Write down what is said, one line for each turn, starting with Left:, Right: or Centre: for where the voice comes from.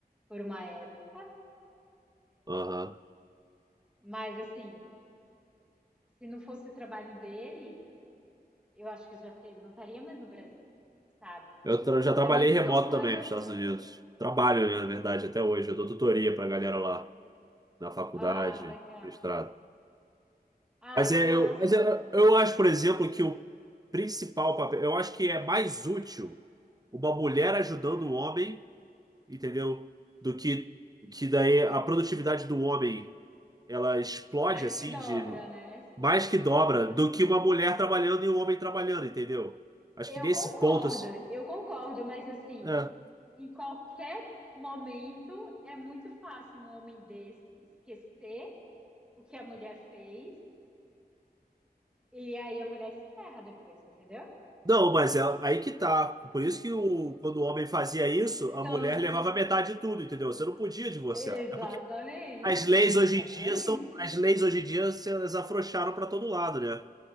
Centre: por uma época,
Right: aham.
Centre: mas assim, se não fosse o trabalho dele, eu acho que eu já te- não estaria mais no Brasil, sabe?
Right: Eu tra- já trabalhei
Centre: Então, isso
Right: remoto
Centre: são coisas.
Right: também para os Estados Unidos. Trabalho, né, na verdade, até hoje. Eu dou tutoria para a galera lá, na faculdade,
Centre: Ah, legal.
Right: mestrado.
Centre: Ah,
Right: Mas,
Centre: que
Right: é,
Centre: massa.
Right: eu, mas eu, eu acho, por exemplo, que o principal papel, eu acho que é mais útil uma mulher ajudando o homem, entendeu? Do que, que daí a produtividade do homem ela explode
Centre: Mas
Right: assim
Centre: que dobra,
Right: de
Centre: né? Explode.
Right: mais que dobra
Centre: Uhum.
Right: do que uma mulher trabalhando e um homem trabalhando, entendeu? Acho
Centre: Eu
Right: que nesse
Centre: concordo,
Right: ponto assim,
Centre: eu concordo, mas assim,
Right: é.
Centre: em qualquer momento é muito fácil um homem desse esquecer o que a mulher fez e aí a mulher se ferra depois, entendeu?
Right: Não, mas é aí que tá. Por isso que o, quando o homem fazia isso,
Centre: Então,
Right: a mulher levava metade de tudo, entendeu? Você não podia divorciar.
Centre: exatamente,
Right: As leis hoje
Centre: exatamente.
Right: em dia são, as leis hoje em dia se- elas afrouxaram pra todo lado, né?